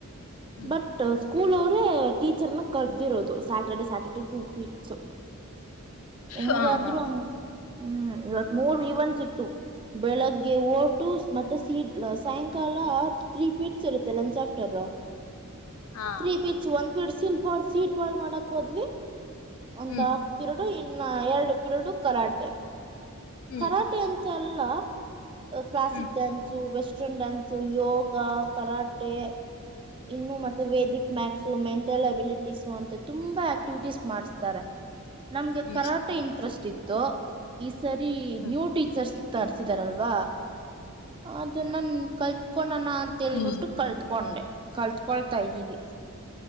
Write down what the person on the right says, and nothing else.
ಬಟ್ ಸ್ಕೂಲ್ ಅವ್ರ ಟೀಚರ್ನ ಕರ್ದಿರೋದು ಸ್ಯಾಟರ್ಡೆ ಸ್ಯಾಟರ್ಡೆ ಟು ಪೀಟ್ಸ್ ಹೆಂಗಾದ್ರು
ಹಂಗ್ ಹ್ಮ್ ಇವತ್ ಮೂರು ಇವನ್ತ್ ಇತ್ತು ಬೆಳಗ್ಗೆ ಓಟು ಮತ್ತೆ ಸೀಡ್ ಸಾಯಂಕಾಲ ತ್ರೀ ಪೀಟ್ಸ್ ಇರುತ್ತೆ ಲಂಚ್ ಆಫ್ಟರ್.
ತ್ರೀ ಪೀಟ್ಸ್ ಒಂದ್ ಪೀಡ್ ಸೀಟ್ ಬಾಲ್ ಸೀಟ್ ಬಾಲ್ ಮಾಡಕ್ ಹೋದ್ವಿ ಒಂದ
ಹಾಫ್ ಪಿರಡು ಇನ್ನ ಎರಡು ಪಿರಡು ಕರಾಟೆ
ಕರಾಟೆ ಅಂತ ತ್ ಅಲ್ಲ classic
dance western dance yoga karate ಇನ್ನು ಮತ್ತೆ ವೇದಿಕ್ ಮ್ಯಾಕ್ ಸೊ ಮೆಂಟಲ್ ಅಬಿಲಿಟೀಸು ಅಂತ ತುಂಬಾ ಆಕ್ಟಿವಿಟೀಸ್ ಮಾಡ್ಸ್ತಾರೆ. ನಮ್ಗೆ
ಕರಾಟೆ ಇಂಟ್ರೆಸ್ಟ್ ಇತ್ತು ಈ ಸರಿ
ನ್ಯೂ ಟೀಚರ್ಸ್ ತರ್ಸಿದಾರಲ್ವಾ ಅದನ್ನ ಕಲ್ತೊಳನ್ನ ಅಂತಾ ತಿಲ್ಬಿಟ್ಟು
ಕಲ್ತ್ಕೊಂಡೆ ಕಲ್ತ್ಕೊಳ್ತಾ ಇದ್ದೀವಿ.